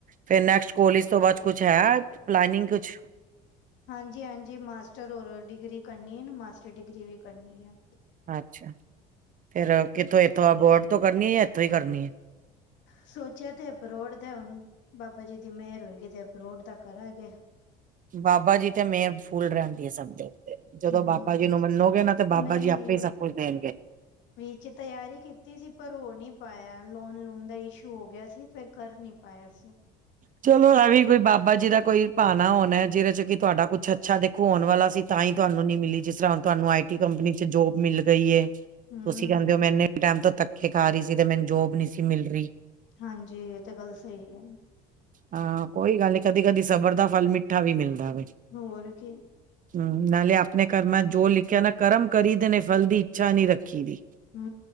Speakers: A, on the right; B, on the left.
A: ਫੇਰ ਨੈਸਟ ਕੋਲੇਜ ਤੋਂ ਬਾਅਦ ਕੁਛ ਹੈ ਪਲੈਨਿੰਗ ਕੁਛ
B: ਹਾਂਜੀ -ਹਾਂਜੀ ਮਾਸਟਰ ਹੋਰ ਡਿਗਰੀ ਕਰਨੀ ਆ ਨਾ ਮਾਸਟਰ ਡਿਗਰੀ ਵੀ ਕਰਨੀ ਆ
A: ਅੱਛਾ ਫਿਰ ਕਿੱਥੋਂ ਇੱਥੋਂ ਆ ਅਬੋਹਰ ਤੋਂ ਕਰਨੀ ਹੈ ਜਾਂ ਇੱਥੋਂ ਹੀ ਕਰਨੀ ਐ।
B: ਸੋਚਿਆ ਤੇ ਅਬਰੋਡ ਦਾ ਹੁਣ ਬਾਬਾ ਜੀ ਦੀ ਮੇਹਰ ਹੋਏਗੀ ਤੇ ਅਬਰੋਡ ਦਾ ਕਰਾਂਗੇ
A: ਬਾਬਾ ਜੀ ਤੇ ਮੇਹਰ ਫੁੱਲ ਰਹਿੰਦੀ ਹੈ, ਸਭ ਤੇ
B: ਹੂੰ
A: ਜਦੋਂ ਬਾਬਾ ਜੀ ਨੂੰ ਮੰਨੋਗੇ ਨਾ ਤੇ ਬਾਬਾ
B: ਨਹੀਂ
A: ਜੀ ਆਪੇ ਹੀ ਸਭ ਕੁਛ ਦੇਣਗੇ।
B: ਵਿੱਚ ਤਿਆਰੀ ਕੀਤੀ ਸੀ, ਪਰ ਹੋ ਨਹੀਂ ਪਾਇਆ ਲੋਨ ਲੂਨ ਦਾ ਇਸ਼ੂ ਹੋ ਗਿਆ ਸੀ, ਫਿਰ ਕਰ ਨੀ ਪਾਇਆ ਅ ਐਸੇ।
A: ਚਲੋ ਇਹ ਵੀ ਕੋਈ ਬਾਬਾ ਜੀ ਦਾ ਕੋਈ ਭਾਣਾ ਹੋਣਾ ਜਿਹਦੇ ਚ ਕਿ ਤੁਹਾਡਾ ਕੁਛ ਅੱਛਾ ਦੇਖੋ ਆਉਣ ਵਾਲਾ ਸੀ। ਤਾਂ ਹੀ ਉਹਨੂੰ ਨੀ ਮਿਲੀ ਜਿਸ ਤਰ੍ਹਾਂ ਤੁਹਾਨੂੰ ਆਈ ਟੀ ਕੰਪਨੀ ਚ ਜੋਬ ਮਿਲ ਗਈ ਏ,
B: ਹੂੰ,
A: ਤੁਸੀਂ ਕਹਿੰਦੇ ਹੋ ਮੈਂ ਇੰਨੇ ਟੈਮ ਤੋਂ ਧੱਕੇ ਖਾ ਰਹੀ ਸੀ, ਤੇ ਮੈਨੂੰ ਜੋਬ ਨੀ ਸੀ ਮਿਲ ਰਹੀ।
B: ਹਾਂਜੀ, ਇਹ ਤਾਂ ਗੱਲ ਸਹੀ ਹੈ।
A: ਹਾਂ, ਕੋਈ ਗੱਲ ਨੀ ਕਦੀ ਕਦੀ ਸਬਰ ਦਾ ਫਲ ਮਿੱਠਾ ਵੀ ਮਿਲਦਾ ਵਵੇ।
B: ਹੋਰ ਕੀ
A: ਹਮ ਨਾਲੇ ਆਪਣੇ ਕਰਮਾਂ ਜੋ ਲਿਖਿਆ ਨਾ ਕਰਮ ਕਰੀ ਦੇ ਨੇ ਫਲ ਦੀ ਇੱਛਾ ਨਹੀਂ ਰੱਖੀ ਦੀ।
B: ਹੂੰ।